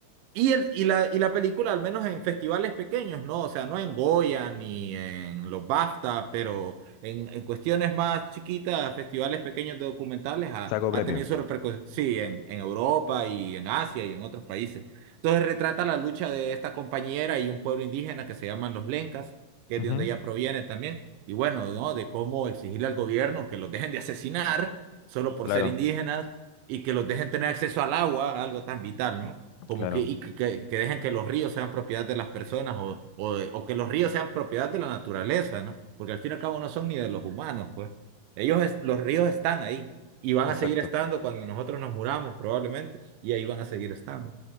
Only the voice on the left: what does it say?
Saco premio.
Ujú,
Claro,
claro,
exacto.